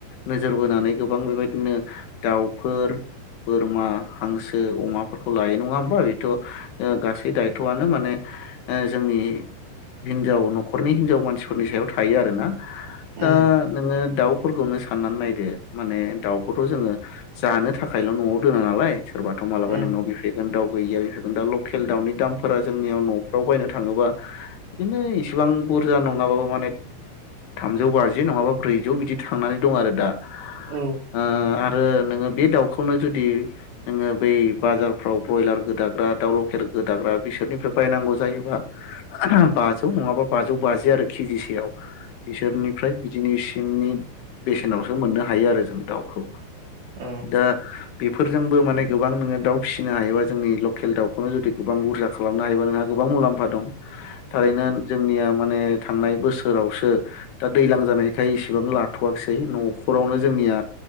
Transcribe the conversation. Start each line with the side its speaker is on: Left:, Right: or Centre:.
Left: नोजोर बोनानै गोबां बेबायदि नों दिनो दाउफोर बोरमा हांसो अमाफोरखौ लायो नङा होमबा बेथ ओ गासै दायथ'आनो माने ओ जों नि हिनजाव न'खरनि हिनजाव मानसिफोरनि सायाव थायो आरो ना। दा
Right: उम
Left: नोङो दाउ फोरखौनो साननानै नायदो माने दाउखौथ जोङो जानो थाखायल न'आव दोना नालाय सोरबाथ मालाबा
Right: उम औ
Left: नोंनाव बिफैगोन दाव गैयिया बिफो दा लकेल दाउनि दामफोरा जोंनियाव न'फ्राव बायनो थाङोबा बिदिनो इसिबां बुरजा नङा नङाबाबो माने थामजौ बाजि नङाबा ब्रैजौ बिदि थांनानै दं आरो दा।
Right: उम औ
Left: ओ आरो नोङो बे दाउखौनो जुदि नोङो बै बाजारफ्राव ब्रयलार गोदाग्रा दाउ लकेल गोदाग्रा बिसोरनिफ्राय बायनांगौ जायोबा बाजौ नङाबा बाजौ बाजि आरो केजिसेयाव। बिसोरनिफ्राय बिदिनि सिंनि बेसेनावसो मोननो हायो आरो जों दाउखौ।
Right: उम
Left: दा बिफो जोंबो माने गोबां नोङो दाउ फिसिनो हायोबा जोंनि लकेल दाउखौनो जुदि गोबां बुरजा खालामनो हायोबा नोंहा गोबां मुलाम्फा दं। थारैनो जोंनिया माने थांनाय बोसोरावसो दा दैलां जानायखाय इसेबां लाथवाखिसै न'खरावनो जों निया